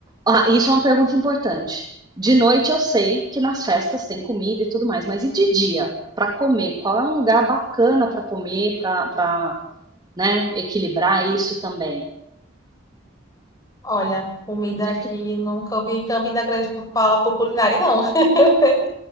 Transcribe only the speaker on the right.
ah, isso é uma pergunta importante. De noite eu sei que nas festas tem comida e tudo mais, mas e de dia? Pra comer? Qual é um lugar bacana pra comer, pra, pra, né, equilibrar isso também?
Onde
é que-